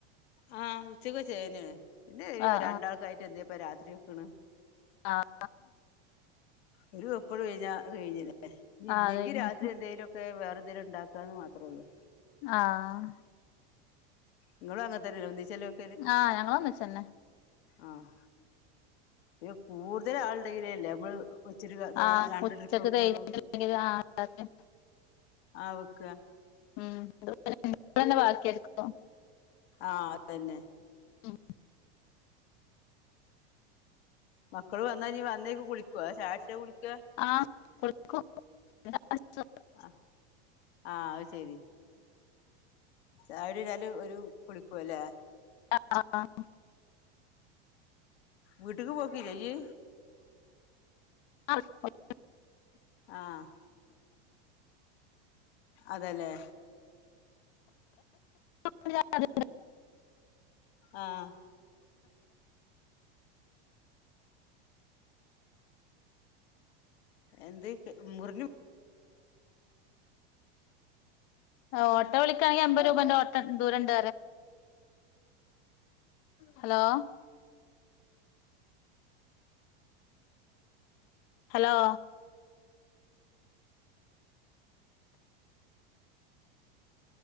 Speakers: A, on the left; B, on the left.
A: ആഹ് ഉച്ചക്ക് വെച്ചേ ന്നേ ണ് പിന്നെ ഈ
B: ആഹ്
A: രണ്ടാൾക്കായിട്ട് എന്തി നാ പ്പൊ രാ ത്രി വെക്കണ്
B: ആഹ്
A: ഒരു വെപ്പണ് കഴിഞ്ഞാ അത് കഴിഞ്ഞില്ലേഞ്ഞി ഇല്ലെങ്കി
B: ആഹ് ആഹ് അത് കഴിഞ്ഞ്
A: രാത്രി എന്തേലും പെ വേറെ എന്തെലും ഇണ്ടക്കന്ന് മാത്രേള്ളൂ
B: ആഹ
A: നിങ്ങളും അങ്ങനത്തെന്നല്ലെ ഒന്നിചെലോവെ
B: ആഹ് ഞങ്ങൾ ഒന്നിച്ചന്നെ
A: ആഹ പിന്നെ കൂടുതൽ ആളുടെങ്കിലെല്ലേ നമ്മള് ഒച്ചിരി തോന്ന
B: ആഹ്
A: രണ്ട്
B: ഉച്ചക്ക്
A: ട്രിപ്പ് വെക്കെള്ളു
B: കഴിഞ്ഞിട്ടില്ലെങ്കിൽ ആഹ് രാത്രി
A: ആവക്ക
B: ഉ അ ഇവിടെന്നെ ബാക്കി എടുക്കോ
A: ആഹ അതന്നെ
B: ഉം
A: മക്കള് വന്നാ ഇന്നി വന്നേക്ക് കുളിക്കോ അതാ ചായകുടിച്ച കുളിക്ക
B: ആഹ കുളിക്കും പിന്നെ ചായടിച്ചും
A: ആഹ് അഹ് ശരി ചായയുടി കഴിഞ്ഞാൽ ഓല് കുളിക്കെല്ലേ
B: ആ ആ ആ
A: വീട്ക്ക് പോക്കീല്ലേ ഇയ്യ്
B: ആഹ <unintelligible>
A: ആഹ് അതെല്ലേ
B: <unintelligible>
A: ആഹ് എന്തേക്ക്‌ മുറിണ്
B: ആഹ് ഓട്ടോ വിളിക്കാണെങ്കി അമ്പത് രൂപന്റെ ഓട്ടോ ദൂരണ്ട്റ ഹലോ ഹലോ